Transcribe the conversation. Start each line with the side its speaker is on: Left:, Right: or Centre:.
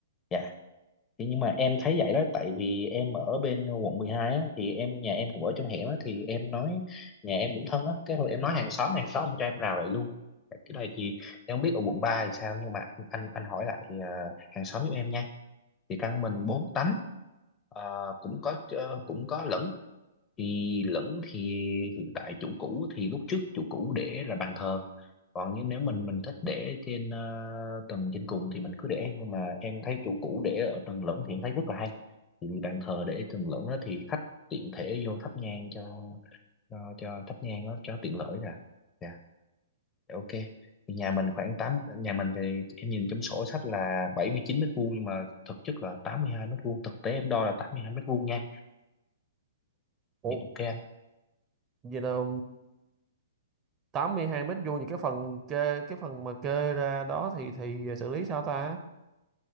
Left: Dạ. Thì nhưng mà em thấy vậy đó tại vì em ở bên quận 12 á thì em nhà em cũng ở trong hẻm á thì em nói nhà em cũng thân á cái hồi em nói hàng xóm hàng xóm cho em rào lại luôn cái này thì em không biết ở quận 3 thì sao nhưng mà anh anh, hỏi lại ờ, hàng xóm giúp em nha thì căn mình 4 tấm ờ, cũng có ờ, cũng có lẫn thì lẫn thì hiện tại chủ cũ thì lúc trước chủ cũ để là bàn thờ còn như nếu mình mình thích để trên ờ, tầng trên cùng thì mình cứ để nhưng mà em thấy chủ cũ để ở tầng lẫn thì em thấy rất là hay thì vì bàn thờ để tầng lẫn đó thì khách tiện thể vô thắp nhang cho cho, cho thắp nhang đó cho tiện lợi nè dạ dạ, ok thì nhà mình khoảng tám nhà mình thì em nhìn trong sổ sách là bảy mươi chín mét vuông nhưng mà thực chất là tám mươi hai mét vuông thực tế em đo là 82 mét vuông nha
Right: ủa
Left: dạ ok anh
Right: vậy là ờ, 82 mét vuông thì cái phần kê cái phần mà kê ra đó thì thì xử lý sao ta